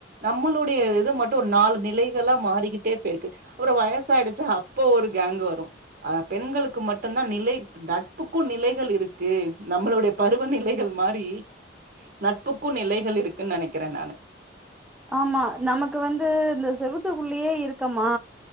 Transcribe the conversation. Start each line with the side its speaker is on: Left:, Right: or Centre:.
Right: நம்மளுடைய இது மட்டு ஒரு நாலு நிலைகளா மாறிக்கிட்டே போயிருக்கு ஒரு வயசாயிடுச்சா அப்ப ஒரு கேங்க் வரு அ பெண்களுக்கு மட் ட்டு்தா நிலை நட்புக்கு நிலைகள் இருக்கு நம்மளுடைய பருவநிலைகள் மாரி நட்புக்கு நிலைகள் இருக்குன்னு நெனக்கிறே நானு
Centre: ஆமா நமக்கு வந்து இந்த செவுத்துக்குள்ளியே இருக்கமா